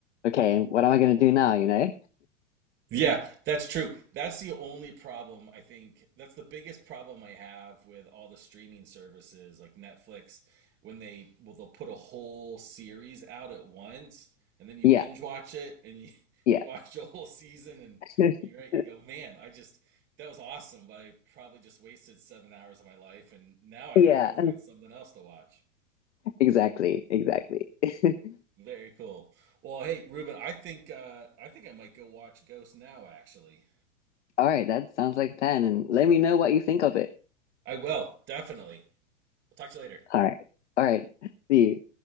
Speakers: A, on the left; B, on the right.
A: okay, what am I gonna do now, you know?
B: Yeah, that's true. That's the only problem I think. That's the biggest problem I have with all the streaming services like Netflix when they well they'll put a whole series out at once and then you
A: Yeah,
B: binge watch it and you <laughs>
A: yeah.
B: you watch the whole season and
A: <laughs>
B: you're right, you go, "Man, I just that was awesome, but I probably just wasted 7 hours of my life and now I
A: Yeah,
B: got to go find something else to watch."
A: exactly, exactly. <laughs>
B: Very cool. Well, hey, Ruben, I think uh I think I might go watch Ghost now actually.
A: All right, that sounds like a plan, and let me know what you think of it.
B: I will, definitely. We'll talk to you later.
A: All right. All right. See you.